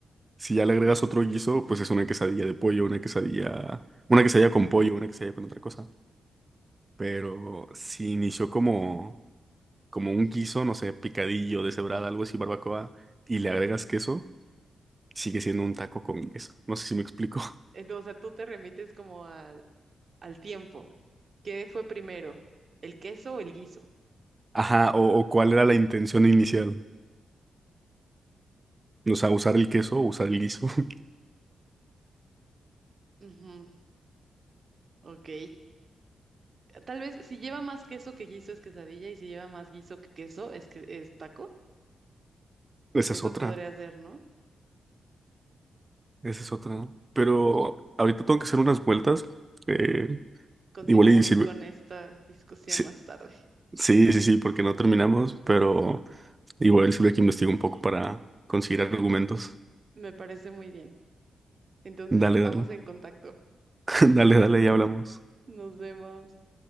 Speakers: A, on the right; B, on the right.
A: Si ya le agregas otro guiso, pues es una quesadilla de pollo, una quesadilla, una quesadilla con pollo, una quesadilla con otra cosa. Pero si inició como, como un guiso, no sé, picadillo, deshebrada, algo así, barbacoa, y le agregas queso, sigue siendo un taco con queso. No sé si me explico.
B: Entonces, o sea, tú te remites como al, al tiempo. ¿Qué fue primero? ¿El queso o el guiso?
A: Ajá, o, o cuál era la intención inicial. O sea, usar el queso o usar el guiso. <laughs>
B: Ujú, Ok. Tal vez si lleva más queso que guiso es quesadilla y si lleva más guiso que queso es que es taco.
A: Esa
B: Eso
A: es otra,
B: podría ser, ¿no?
A: esa es otra. ¿no? Pero ahorita tengo que hacer unas vueltas. eh,
B: Continuamos
A: igual y sirve-
B: con esta discusión
A: Sí,
B: más tarde.
A: sí, sí, sí, porque no terminamos, pero igual sirve que investigo un poco para conseguir argumentos.
B: <laughs> Me parece muy bien. Entonces
A: Dale,
B: estamos
A: dale,
B: en contacto.
A: <laughs> dale, dale, ya hablamos.
B: Nos vemos.